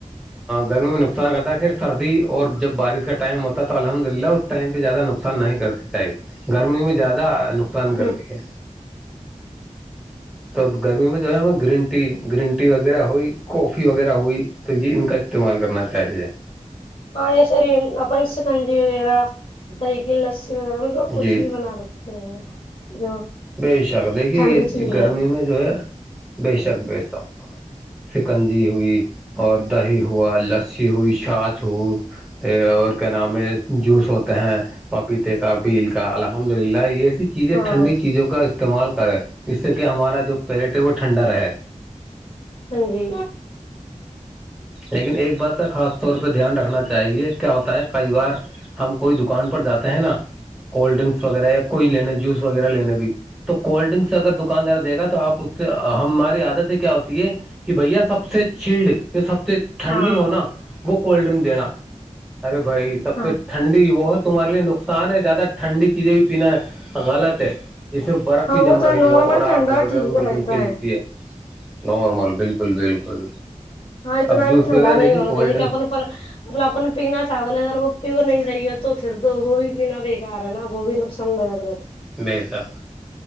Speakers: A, in the centre; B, on the left.
A: گرمی میں نقصان کرتا ہے پھر سردی اور جب بارش کا ٹائم ہوتا ہے تو الحمد للہ اور ٹائم پہ زیادہ نقصان نہیں کرتے چاہی گرمی میں زیادہ نقصان
B: ہ
A: کرتی ہے تو گرمی میں جو ہے ہمیں گرین ٹی گرین ٹی وغیرہ ہوئی کافی وغیرہ ہوئی تو یہ ان کا استعمال کرنا چاہیے
B: ہاں یہ سری اپنسکنجی وغیرہ دہ کی لسی وغیرہ م کچھ
A: جی
B: بھی بنا سکتے ہو جو
A: بے شک دیکھیے
B: ٹھنڈی
A: یہ
B: چیز
A: گرمی
B: ہے
A: میں جو ہے بے شک بے شک شکنجی ہوئی اور دہی ہوا لسی ہوئی چاچھ ہو اور کیا نام ہے جوس ہوتے ہیں پپیتے کا بیل کا الحمد للہ یہ س چیزیں
B: ہاں
A: ٹھنڈی چیزوں کا استعمال کریں ج سے کہ ہمارا جو پیٹ ہے وہ ٹھنڈا رہے
B: ہاں جی
A: لیکن ایک بات کا خاص طور پہ دھیان رکھنا چاہیے کیا ہوتا ہے کئی بار ہم کوئی دکان پر جاتے ہیں نا کولڈ ڈرنکس وغیرہ یا کوئی لینے جوس وغیرہ لینے بھی تو کولڈ ڈرنکس اگر دکاندار دے گا تو آپ اس سے ہم ہماری عادت سے کیا ہوتی ہے کہ بھیا سب سے چلڈ سب سے ٹھنڈی
B: ہاں
A: ہوناا وہ کولڈ ڈرنک دینا ارے بھائی سب
B: ہاں
A: سے ٹھنڈی وہ ہے تمہارے لیے نقصان ہے زیادہ ٹھنڈی چیزیں بھی پینا غلط ہے ج میں برف
B: ہاں
A: ہی جم
B: وہ تو
A: رہی
B: نارمل
A: ہو اور
B: ٹھنڈا
A: آپ بول
B: ٹھیک
A: رہے ہو کہ بالکل
B: رہتا
A: چلتی ہے نارمل بالکل بالکل
B: ہاں اتنا
A: اب جوس
B: ا بھی ٹھنڈا
A: وغیرہ دیکھیے
B: نہیں ہونا
A: کولڈ
B: چاہیے
A: ڈرنکس
B: کہ اپن پر مطلب اپن پینا چاول ہے وہ پی نہیں رہی ہے تو پھر دو وہ بھی پینا بےیکار ہے نا وہ بھی نقصان دک رہتا
A: بے شک